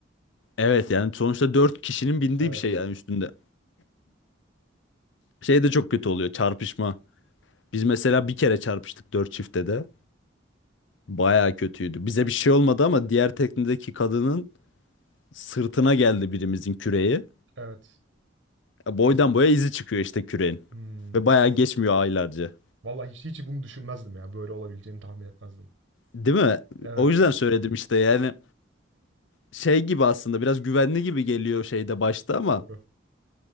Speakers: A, on the left; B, on the right.
A: Evet yani sonuçta dört kişinin bindiği
B: Evet.
A: bir şey yani üstünde. Şey de çok kötü oluyor çarpışma. Biz mesela bir kere çarpıştık dört çiftte de. Bayağı kötüydü. Bize bir şey olmadı ama diğer teknedeki kadının sırtına geldi birimizin küreği.
B: Evet.
A: E, Boydan boya izi çıkıyor işte küreğin.
B: Hmm.
A: Ve bayağı geçmiyor aylarca.
B: Vallahi hiç hiç bunu düşünmezdim ya. Böyle olabileceğini tahmin etmezdim.
A: Değil mi?
B: Evet.
A: O yüzden söyledim işte yani şey gibi aslında biraz güvenli gibi geliyor şeyde başta ama
B: Doğru.